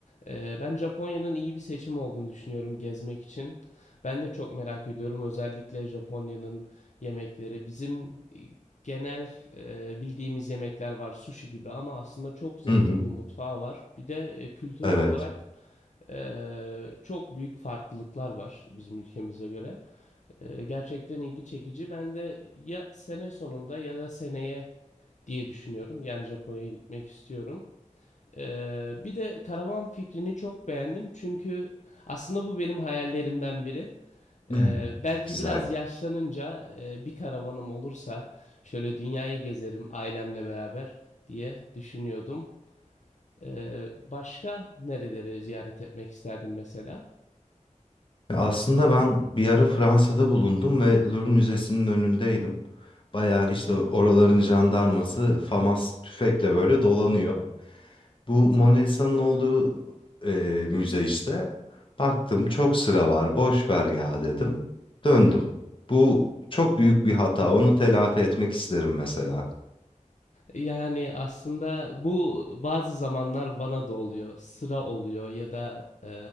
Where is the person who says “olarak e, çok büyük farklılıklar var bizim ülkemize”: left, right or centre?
Left